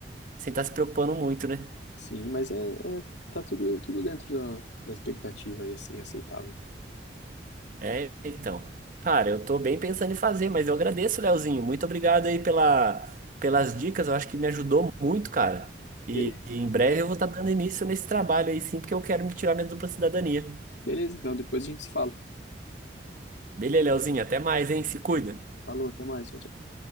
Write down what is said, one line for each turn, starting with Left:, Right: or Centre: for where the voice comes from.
Right: sem estar se preocupando muito, né?
Left: Sim, mas é, é- tá tudo, tudo dentro da, da expectativa aí, assim, aceitável.
Right: É, então. Cara, eu tô bem pensando em fazer, mas eu agradeço, Leozinho. Muito obrigado aí pela, pelas dicas. Eu acho que me ajudou muito, cara. E,
Left: Beleza.
Right: e em breve eu vou estar dando início nesse trabalho aí, sim, porque eu quero me tirar minha dupla cidadania.
Left: Beleza, então depois a gente se fala.
Right: Beleza, Leozinho. Até mais, hein? Se cuida.
Left: Falou, até mais. Tchau, tchau.